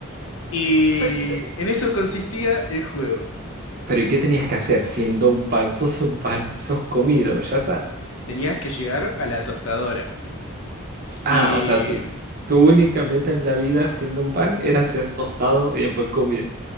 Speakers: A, on the left; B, on the right.
A: Y
B: Pe-
A: en eso consistía el juego.
B: Pero ¿y qué tenías que hacer siendo un pan? Sos un pan, sos comido, ya está.
A: Tenías que llegar a la tostadora.
B: Ah,
A: Y.
B: o sea, tu, tu única meta en la vida siendo un pan era ser tostado y después comido.